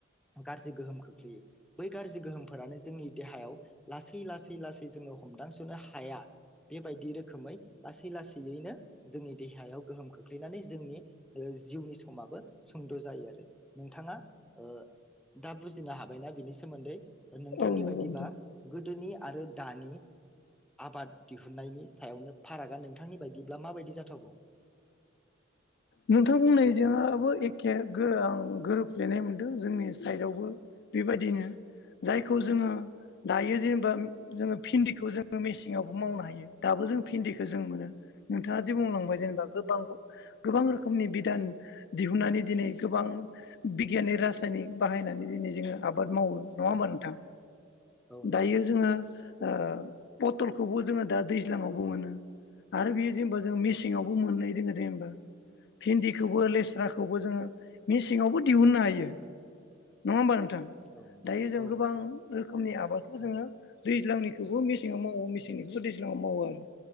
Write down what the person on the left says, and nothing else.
औ नंगौ
नोंथां।
नोंथां बुंनायजोंआबो एखे आं गोरोबफ्लेनाय मोनदों जोंनि साइडआवबो बेबायदिनो जायखौ जोङो दायो जेनेबा जोङो भिन्दिखौ जोङो मेसेङावबो मावनो हायो दाबो जों भिन्दिखौ जों मोनो नोंथाङादि बुंलांबाय जेनेबा गोबांखौ गोबां रोखोमनि
बिदान दिहुननानै दिनै गोबां बिगियनि रासायनिक बाहायनानै दिनै जोङो आबाद मावो, नङा होमबा नोंथां?
दायो जोङो ओ पथलखौबो जोङो दा दैज्लाङावबो मोनो आरो बेयो दि होनबा जों मिसिंआवबो
मोनहै दोङो जों <unintelligible> भिन्दिखौबो लेस्राखौबो जोङो मेसेङावबो दिहुननो हायो। नङा होमबा नों थां।
दायो जों
गोबां
रोखोमनि आबाद आबादखौ जोङो दैज्लांनिखौबो मेसेङाव मावो मेसेंनिखौबो दैज्लाङाव मावो आरो